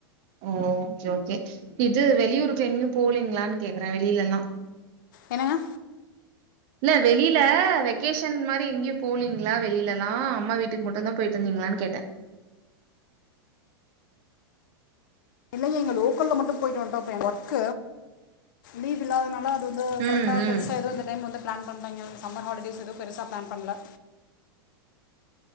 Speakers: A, on the right; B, on the left.
A: ஓ ஓகே ஓகே இது வெளியூருக்கு எங்கயு போலீங்களான்னு கேக்குறே வெளியிலல்லா
B: என்னங்க
A: இல்ல வெளியில வெக்கேஷன் மாரி எங்கேயு போகலீங்களா வெளியில எல்லா அம்மா வீட்டுக்கு மட்டுதா போயிட்டு வந்தீங்களான்னு கேட்டே
B: இல்லைங்க இங்க லோக்கல்ல மட்டு போயிட்டு வந்ட்டா இப்ப எனக்கு ஒர்க் லீவ் இல்லாதனால வந்து
A: ம்
B: கரெக்ட்டா
A: ம்
B: பெருசா எதுவு இந்த டைம் வந்து பிளான் பண்ணலைங்க சம்மர் ஹாலிடேஸ் எதுவு பெருசா பிளான் பண்ல